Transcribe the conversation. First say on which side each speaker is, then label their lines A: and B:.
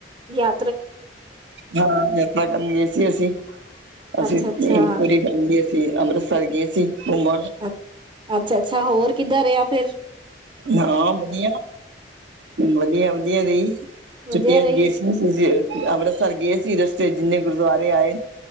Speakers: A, on the right; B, on the right.
A: ਯਾ
B: ਹਾਂ ਯਾਤਰਾ ਕਰਨ ਗਏ ਸੀ ਅਸੀਂ ਅਸੀਂ
A: ਅੱਛਾ-ਅੱਛਾ,
B: ਆ ਰੀ ਹਾਂਜੀ ਅਸੀ ਅਮਰੀਸਰ ਗਏ ਸੀ, ਘੋਮ
A: ਅੱ ਅੱਛਾ ਛਾ ਹੋਰ ਕੀਦਾਂ ਰੇਆ ਫੇਰ?
B: ਹਾਂ ਵਦੀਆ, ਵਦੀਆ-ਵਦੀਆ ਦੀ
A: ਵਧੀਆ
B: ਛੁੱਟੀਆਂ
A: ਰਹੀ?
B: ਚ ਗਏ ਸੀ <unintelligible> ਵਦੀਆ ਅਮਰੀਸਰ ਗਏ ਸੀ ਰਸਤੇ ਜੀਨੇ ਗੁਰਦੁਆਰੇ ਆਏ,